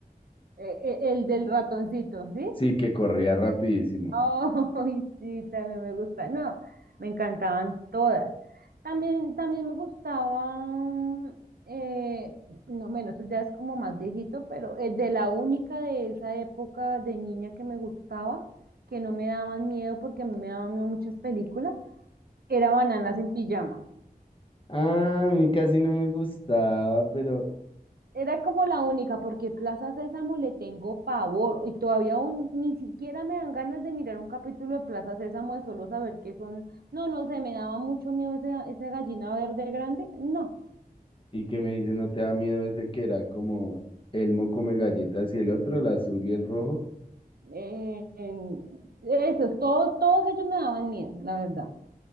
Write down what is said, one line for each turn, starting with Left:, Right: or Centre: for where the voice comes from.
Right: Eh, eh, El del ratoncito, ¿sí?
Left: Sí, que corría rapidísimo.
Right: <laughs> Ay, sí, también me gusta. No, me encantaban todas. También, también me gustaban, eh, no, bueno, eso ya es como más viejito, pero eh, de la única de esa época de niña que me gustaba, que no me daban miedo porque a mí me daban miedo muchas películas, era Bananas en Pijama.
Left: Ah, a mí casi no me gustaba, pero
Right: Era como la única, porque Plaza Sésamo le tengo pavor y todavía aún ni siquiera me dan ganas de mirar un capítulo de Plaza Sésamo de solo saber que son, no, no sé, me daba mucho miedo ese, ese gallina verde grande, no,
Left: Y que me dice, ¿no te da miedo ese que era como Elmo come galletas y el otro, el azul y el rojo?
Right: eh, en- esos, todos, todos ellos me daban miedo, la verdad.